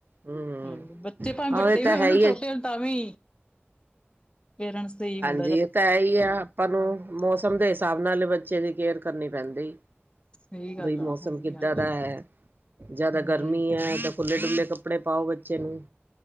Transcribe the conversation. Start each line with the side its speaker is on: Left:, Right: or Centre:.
Right: ਹਮ
Left: ਹਾਂ ਬੱਚੇ ਭਾਵੇਂ
Right: ਹਾਂ
Left: ਵੱਡੇ
Right: ਇਹ ਤਾਂ
Left: ਹੋਣ
Right: ਹੈ ਹੀ
Left: ਛੋਟੇ
Right: ਹੈ
Left: ਤਾਂ ਵੀ ਪੇਰੈਂਟਸ ਤੇ ਈ ਹੁੰ
Right: ਜੇ ਤਾਂ ਏਹੀ ਆ ਆਪਾਂ ਨੂੰ ਮੌਸਮ ਦੇ ਹਿਸਾਬ ਨਾਲ ਬੱਚੇ ਦੀ ਕੇਅਰ ਕਰਨੀ ਪੈਂਦੀ।
Left: ਸਹੀ ਗੱਲ
Right: ਬਈ ਮੌਸਮ
Left: ਆ ਹਾਂਜੀ
Right: ਕਿੱਦਾਂ
Left: ਹਾਂਜੀ
Right: ਦਾ ਹੈ। ਜਿਆਦਾ
Left: ਹਾਂਜੀ
Right: ਗਰਮੀ ਹੈ ਤਾਂ ਖੁੱਲੇ- ਡੁੱਲੇ ਕੱਪੜੇ ਪਾਓ ਬੱਚੇ ਨੂੰ,